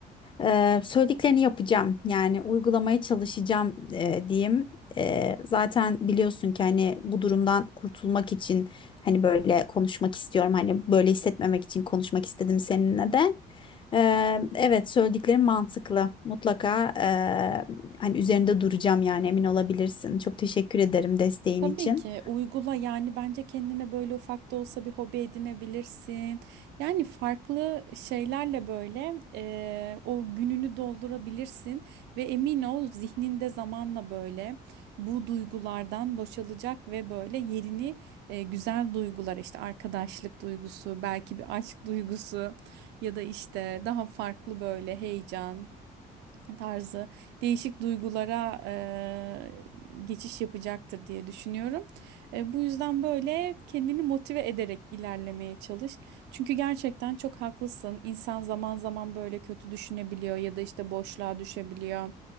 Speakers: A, on the left; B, on the right.
A: Eee, söylediklerini yapacağım. Yani uygulamaya çalışacağım eee, diyeyim. Eee, zaten biliyorsun ki hani bu durumdan kurtulmak için hani böyle konuşmak istiyorum. Hani böyle hissetmemek için konuşmak istedim seninle de. Eee, evet söylediklerim mantıklı. Mutlaka eee, hani üzerinde duracağım yani emin olabilirsin. Çok teşekkür ederim desteğin
B: Tabii
A: için.
B: ki uygula yani bence kendine böyle ufak da olsa bir hobi edinebilirsin. Yani farklı şeylerle böyle eee, o gününü doldurabilirsin ve emin ol zihninde zamanla böyle bu duygulardan boşalacak ve böyle yerini e, güzel duygular işte arkadaşlık duygusu belki bir aşk duygusu ya da işte daha farklı böyle heyecan. tarzı değişik duygulara eee, geçiş yapacaktır diye düşünüyorum. E, bu yüzden böyle kendini motive ederek ilerlemeye çalış. Çünkü gerçekten çok haklısın. İnsan zaman zaman böyle kötü düşünebiliyor ya da işte boşluğa düşebiliyor.